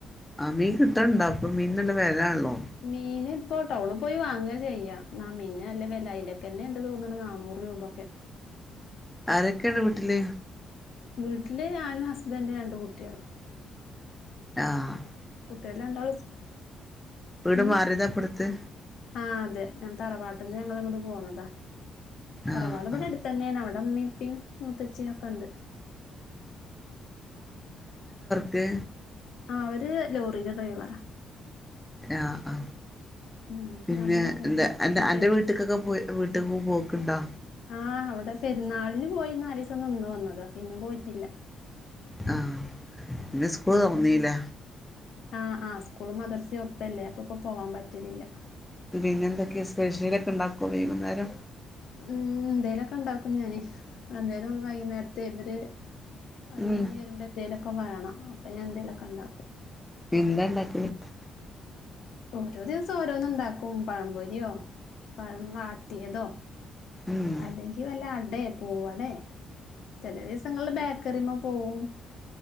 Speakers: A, in the centre; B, on the left.
A: ആ മീൻ കിട്ടണ്ടോ അപ്പൊ മീൻല്ല വലള്ളോ
B: മീന് ഇപ്പൊ ടൗണ പോയി വാങ്ങാ ചെയ്യ ന മീന്ന അല്ല വല്ല അലൊക്കെന്നെ എണ്ട് തോന്നണ നാന്നൂറ് രൂപൊക്കെ
A: ആരൊക്കെയുണ്ട് വീട്ടില്
B: വീട്ടില് ഞാനും ഹസ്ബൻഡും രണ്ടു കുട്ടികളും
A: ആഹ
B: കുട്ടിയല്ലാം എണ്ടാള്
A: വീട്
B: ഉം
A: മാറിയതാ ഇപ്പടുത്ത്
B: ആഹ അതെ ഞാൻ തറവാട്ടിൽന്ന് ഞങ്ങള ഇങ്ങോട്ട് പോുന്നതാ തറവാടമ്മടെ
A: ആഹ് ആഹ്
B: അടുത്ത് തന്നെയാണ് അവിടെ ഇമ്മ, ഉപ്പ, മൂത്തച്ചിയ ഒക്കെ ഉണ്ട്
A: ത്തെ
B: ആ അവര് ലോറീടെ ഡ്രൈവറാ
A: ആ ആ
B: ഉം
A: പിന്നെ
B: രണ്ട് കുട്ടി
A: എന്താ അന്റെ
B: കുട്ട്യേളും
A: അന്റെ വീട്ട്ക്കൊക്കെ പോയി വീട്ട് പോക്ക്ണ്ടാ
B: ആഹ് അവിടെ പെരുന്നാളിന് പോയി നാല്സം നിന്ന് വന്നതാ പിന്നെ പോയിട്ടില്ല
A: ആ പിന്നെ സ്കൂള് തുറന്നീലെ
B: ആ ആ സ്കൂള് മദർസെ ഒപ്പല്ലേ അപ്പ പ്പൊ പോവാൻ പറ്റലില്ല
A: പിന്നെന്തൊക്കെയാ സ്പെഷ്യലൊക്കെ ഇണ്ടാക്കോ വൈകുന്നേരം
B: ഉം എന്തേലൊക്കെ ണ്ടാക്കും ഞാന് എന്തേലും വൈകുന്നേരത്തെ ഇവര് പണി
A: ഉം
B: കഴിഞ്ഞ് വരുമ്പോ എന്തേലൊക്കെ വേണം അപ്പ ഞാൻ എന്തേലൊക്കെ ണ്ടാക്കും
A: <unintelligible>
B: ഓരോ ദിവസം ഓരോന്നുണ്ടാക്കും പഴംപൊരിയോ പഴം വാട്ടിയതോ
A: ഉം
B: അല്ലെങ്കി വല്ല അടേ പൂവടേ ചെലേ ദിവസങ്ങളില് ബേക്കറിമേ പോവും